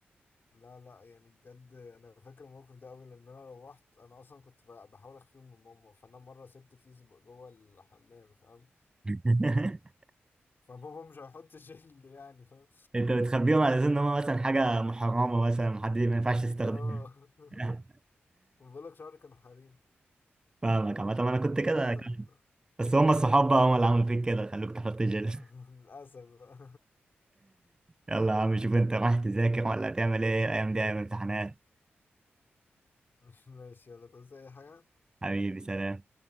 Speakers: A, on the left; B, on the right.
A: لا لا يعني بجد انا فاكر الموقف ده قوي لان انا روحت انا اصلا كنت ب- بحاول اخفيهم من ماما فانا مره سبت كيس ب- جوه الحمام فاهم
B: <laughs>
A: فبابا مش هيحط <laughs> جل يعني فاهم
B: انت بتخبيهم على اساس ان هم مثلا حاجه محرمه مثلا محد ما ينفعش يستخدمها
A: اه <laughs>
B: <laughs>
A: بقول لك شعري كان حريم
B: فاهمك عامة انا كنت كده
A: مثلا
B: بس هم الصحاب بقى هم اللي عملوا فيك كده خلوك تحط جل
A: <laughs>
B: <laughs>
A: للأسف بقى
B: يلا يا عم شوف انت رايح تذاكر ولا هتعمل ايه الايام دي ايام امتحانات
A: <laughs> ماشي يلا تعوز أي حاجة
B: حبيبي سلام